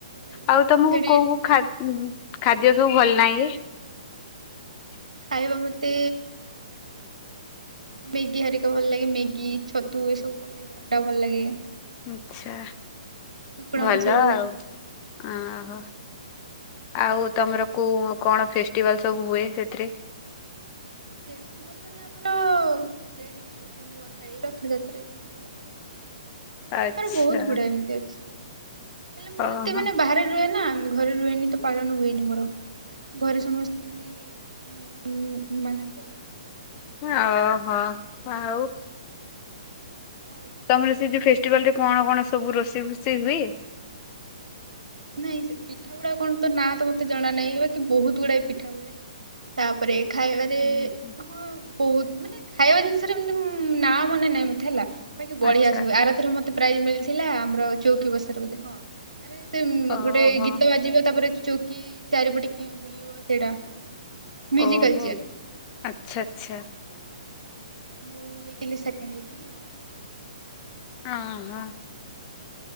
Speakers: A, on the right; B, on the left.
A: ସେଇଠୁ
B: ଆଉ ତମକୁ
A: ଆମେ ସେଠି
B: କୋଉ
A: ଡ୍ୟାନ୍ସ
B: ଖା
A: କରୁ।
B: ଖାଦ୍ୟ ସବୁ ଭଲ? ନାଇଁକି
A: ଖାଇବା ମତେ ମ୍ୟାଗି ହାରିକା ଭଲ ଲାଗେ ମ୍ୟାଗି ଛତୁ ଏସବୁ ଭଲ ଲାଗେ ଅଣ୍ଡା ଭଲ ଲାଗେ।
B: ଆଛା।
A: କୁକୁଡ଼ା
B: ଭଲ
A: ମାଂସ
B: ଆଉ
A: ଲାଗେ।
B: ଓହୋ। ଆଉ ତମର କୋଉ କଣ ଫେଷ୍ଟିଭାଲ ସବୁ ହୁଏ ସେଥିରେ?
A: ଫେଷ୍ଟିବାଳ ମାନେ ଆମର ଏଠି ସେ ନୁଆ ଖାଇ ରଥଯାତ୍ରା ଏସବୁ ହୁଏ।
B: ଆଚ୍ଛା।
A: ଆମର ବହୁତ ଗୁଡା ଏମିତି ଅଛି। ହେଲେ ମୁଁ
B: ଓହୋ
A: ଏତେ ମାନେ ବାହାରେ ରୁହେ ନା ଘରେ ରୁହେନି ତ ପାଳନ ହୁଏନି ମୋର। ଘରେ ସମସ୍ତେ ଏମିତି ହଁ ମାନନ୍ତି ଆଉ।
B: ଓହୋ ଆଉ।
A: ଆଉ କଣ
B: ତମର
A: କୁହ?
B: ସେଠି ଫେଷ୍ଟିଭାଲ ରେ କଣ କଣ ସବୁ ରୋଷେଇ ଫୋଷେଇ ହୁଏ।
A: ନାଇଁ ସେ ପିଠା ଗୁଡା କଣ ତ ନାଁ ତ ମତେ ଜଣା ନାହିଁ। ବାକି ବହୁତ ଗୁଡାକ ପିଠା ହୁଏ ହେଲା। ତାପରେ ଖାଇବାରେ
B: ହୁଁ, ହୁଁ।
A: ହଁ ବହୁତ ମାନେ ଖାଇବା ଜିନିଷରେ ଏମିତି ନାଁ ମନେ ନାହିଁ ମତେ ହେଲା ବାକି ବଢିଆ
B: ଆଚ୍ଛା
A: ସବୁ ଆରଥର ମତେ ତେ ପ୍ରାଇଜ ମିଳିଥିଲା। ଆମର ଚୌକି ବସାରେ ବୋଧେ ହଁ ଆରେ ସେ
B: ଓହୋ
A: ଗୋଟେ ଗୀତ ବାଜିବ ତାପରେ ଚୌକି ଚାରିପଟେ କି ବୁଲିବ ସେଇଟା। ମିଉଜିକାଲଚେୟାର।
B: ଓହୋ ଆଚ୍ଛା ଆଚ୍ଛା
A: ମୁଁ ହେଇଥିଲି ସେକେଣ୍ଡ ହେଇଥିଲି।
B: ଅ ହଁ।